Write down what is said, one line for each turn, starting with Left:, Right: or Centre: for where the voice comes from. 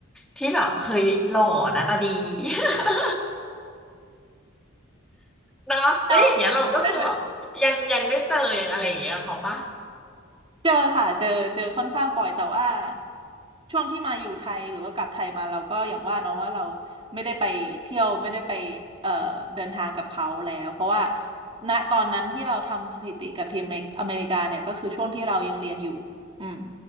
Centre: ที่แบบเฮ้ยหล่อหน้าตาดี <laughs> เนาะแล้วอย่างเงี้ยเราก็คือแบบยังยังได้เจอยังอะไรอย่างเงี้ยกับเขาปะ
Right: เราได้ไหม เจอค่ะ เจอเจอค่อนข้างบ่อยแต่ว่าช่วงที่มาอยู่ไทยหรือว่ากลับไทยมาเราก็อย่างว่าเนาะว่าเราไม่ได้ไปเที่ยวไม่ได้ไปเอ่อเดินทางกับเขาแล้วเพราะว่าณตอนนั้นที่เราทำสถิติกับทีมอเมริกาเนี่ยก็คือช่วงที่เรายังเรียนอยู่อืม